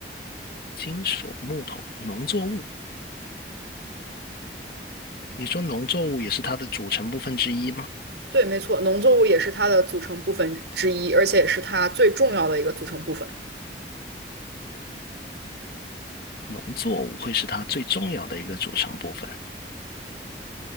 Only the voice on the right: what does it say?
对，没错，农作物也是它的组成部分之一，而且也是它最重要的一个组成部分。